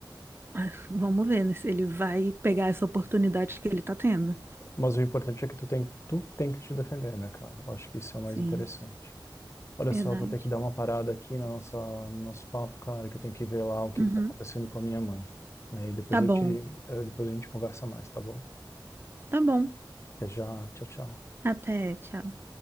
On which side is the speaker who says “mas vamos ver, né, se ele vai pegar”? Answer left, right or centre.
Right